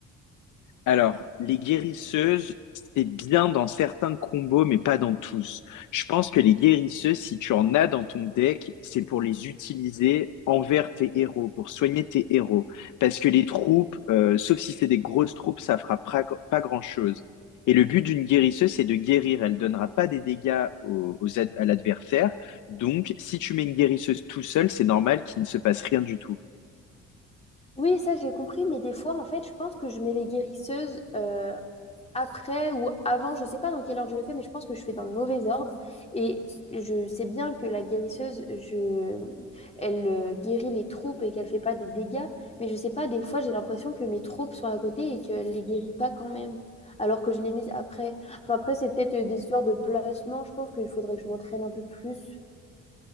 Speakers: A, on the left; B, on the left.
A: Alors, les guérisseuses, c'est bien dans certains combos, mais pas dans tous. Je pense que les guérisseuses, si tu en as dans ton deck, c'est pour les utiliser envers tes héros, pour soigner tes héros. Parce que les troupes, euh, sauf si c'est des grosses troupes, ça fera pra- pas grand-chose. Et le but d'une guérisseuse, c'est de guérir. Elle donnera pas des dégâts aux, aux ad- à l'adversaire. Donc, si tu mets une guérisseuse tout seul, c'est normal qu'il ne se passe rien du tout.
B: Oui, ça j'ai compris, mais des fois en fait je pense que je mets les guérisseuses euh, après ou avant, je sais pas dans quelle ordre je le fais, mais je pense que je fais dans le mauvais ordre. Et je sais bien que la guérisseuse, je... elle euh, guérit les troupes et qu'elle fait pas des dégâts, mais je sais pas, des fois j'ai l'impression que mes troupes sont à côté et qu'elle les guérit pas quand même, alors que je les mise après. Enfin, après, c'est peut-être euh, des histoires de placement, je pense qu'il faudrait que je m'entraîne un peu plus.